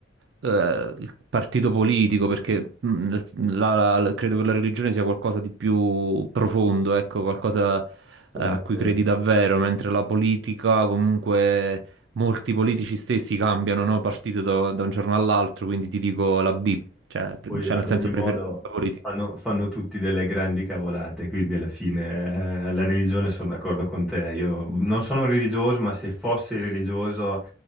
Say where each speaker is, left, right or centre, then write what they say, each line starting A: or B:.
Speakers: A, on the right; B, in the centre.
A: eh, il partito politico, perché mm, nel- la- la- credo che la religione sia qualcosa di più profondo, ecco, qualcosa, eh,
B: <laughs> Sono
A: a
B: d'accordo.
A: cui credi davvero, mentre la politica, comunque, molti politici stessi cambiano, no, partito da, da un giorno all'altro, quindi ti dico la B, cioè, pre-
B: Poi
A: cioè
B: ad
A: nel senso
B: ogni modo
A: preferisco la politica.
B: fanno, fanno tutti delle grandi cavolate, quindi alla fine eh, la religione sono d'accordo con te. Io non sono religioso, ma se fossi religioso